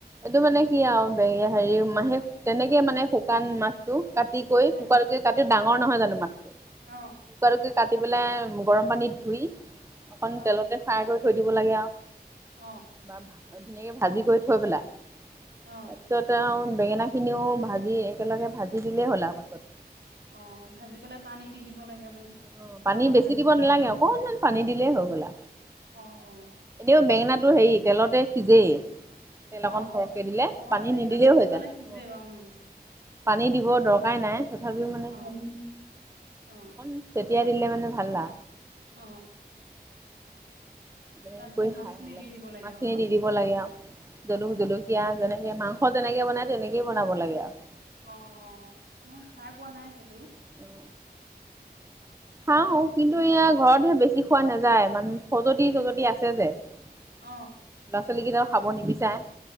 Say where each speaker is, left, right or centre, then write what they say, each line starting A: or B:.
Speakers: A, on the right; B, on the right.
A: এইটো মানে কি আৰু হেৰি মাহে তেনেকে মানে শুকান মাছটো কাটি কৈ
B: উম,
A: টুকুৰা টুকুৰকৈ কাটি ডাঙৰ নহয় জানো মাছটো
B: অ',
A: টুকুৰা টুকুৰকৈ কাটি পেলাই গৰম পানীত ধুই অকণ
B: অ'।
A: তেলতে ফ্ৰাই কৰি থৈ দিব কৰিব লাগে আৰু
B: অ
A: বা ধুনীয়াকে ভাল ভাজি কৰি থৈ পেলাই
B: অ
A: তাৰ পিছত আও বেঙেনা খিনিও ভাজি একেলগে ভাজি দিলেই হ'ল আ পাছত
B: অ ভাজি পেলাই পানী দি দিব লাগে মানে
A: অ পানী
B: অলপ
A: বেছি
B: ভাজি
A: দিব
B: পেলাই
A: নালাগে অকনমান পানী দিলেই হৈ গলা
B: অ অ
A: এনেও বেঙেনাটো হেৰিত তেলতে সিজেই তেল
B: অ
A: অকন সৰহকে দিলে
B: অ
A: পানী
B: বেঙেনাটো
A: নিদিলেও
B: সোনকালে
A: হৈ যায়
B: সিজে বাৰু
A: পানী দিব দৰকাৰাই নাই তথাপিও মানে
B: উম অ
A: অ তিয়াাই দিলে
B: অ
A: মানে ভালা
B: অ
A: তেনেকে
B: তাৰপিছত
A: কৰি
B: মাছখিনি
A: খাও
B: দি দিব লাগে
A: মাছখিনি
B: আৰু ন
A: দি দিব লাগে আৰু জলুক
B: অ
A: জলকীয়া যেনেকে মাংস যেনেকে বন নাই তেনেকেইে বনাব লাগে আৰু
B: অ মই খাই পোৱা নাই সেইটো
A: আৰু খাওঁ কিন্তু এয়া ঘৰতহে বেছি খোৱা নাযায় মানে খজতি চজতি আছে যে ল'ৰা
B: অ
A: ছোৱালী কেইটাও
B: অ
A: খাব নিবিচাৰে